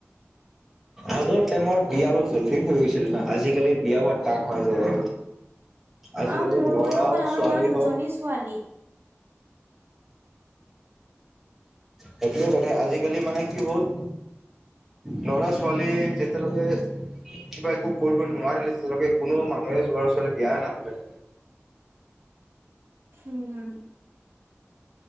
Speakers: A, in the centre; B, on the right.
A: আগৰ টাইমৰ বিয়া অলপ জল্দি হৈ গৈছিল না, আজিকালি বিয়া <unintelligible> হৈ যায়। আজিকালি
B: অহ, মোৰ
A: ল'ৰা
B: বয়সত
A: হওক
B: আমাৰ
A: ছোৱালী
B: মাৰ দুজনী
A: হওক
B: ছোৱালী।
A: সেইটোৱে কথা আজিকালি মানে কি হ'ল ল'ৰা-ছোৱালী যেতিয়ালৈকে কিবা একো কৰিব নোৱাৰিলে তেতিয়ালৈকে কোনো মানুহে ল'ৰা-ছোৱালী বিয়া নাপাতে।
B: উম, উম।